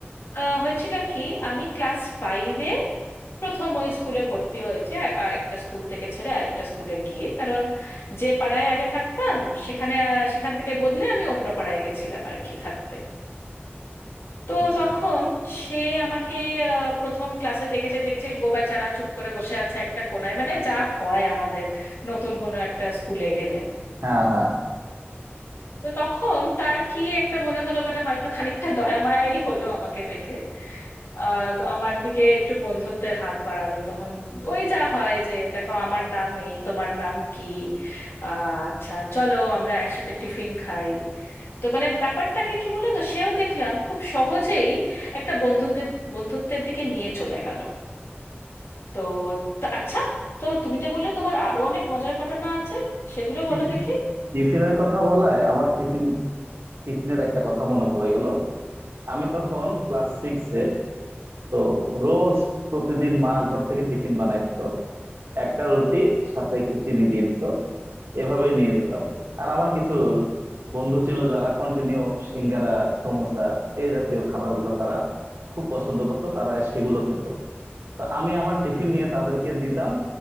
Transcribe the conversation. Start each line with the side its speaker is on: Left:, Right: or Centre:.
Left: আহ, হয়েছিল কি আমি ক্লাস ফাইভে প্রথম ওই স্কুলে ভর্তি হয়েছে আর- আর একটা স্কুল থেকে ছেড়ে আরেকটা স্কুলে গিয়ে কারণ যে পাড়ায় আগে থাকতাম সেখানে আহ, সেখান থেকে বদলে আমি অন্য পাড়ায় গেছিলাম আর কি থাকতে
Right: আচ্ছা
Left: তো তখন
Right: আচ্ছা।
Left: সে আমাকে আহ, প্রথম ক্লাসে দেখেছে দেখছে গোবেচারা চুপ করে বসে আছে একটা কোনায় মানে যা হয় আমাদের নতুন কোনো একটা স্কুলে গেলে
Right: হ্যাঁ হ্যাঁ
Left: তো তখন তার কি একটা মনে হলো মানে হয়তো খানিকটা দয়া মায়াই হলো আমাকে দেখে আহ তো আমার দিকে একটু বন্ধুত্বের হাত বাড়ালো তখন ওই যা হয় যে দেখো আমার নাম এই তোমার নাম কি আহ, আচ্ছা চলো আমরা একসাথে টিফিন খাই তো মানে ব্যাপারটাকে কি বলো তো সেও দেখলাম খুব সহজেই একটা বন্ধুত্বের বন্ধুত্বের দিকে নিয়ে চলে গেল তো তো আচ্ছা তো তুমি যে বললে তোমার আরো অনেক মজার ঘটনা আছে সেগুলো
Right: টিফিন
Left: বলো দেখি
Right: টিফিনের কথা বলায় আমার টিফিন টিফিনের একটা কথা মনে পড়ে গেল আমি তখন ক্লাস সিক্স এ তো রোজ প্রতিদিন মা ঘর থেকে টিফিন বানায় দিত একটা রুটি সাথে একটু চিনি দিয়ে দিত এভাবেই নিয়ে যেতাম আর আমার কিছু বন্ধু ছিল যারা কন্টিনিউ সিঙ্গারা সমোসা এই জাতীয় খাবারগুলো তারা খুব পছন্দ করতো তারা সেগুলো খেত তো আমি আমার টিফিন নিয়ে তাদেরকে দিতাম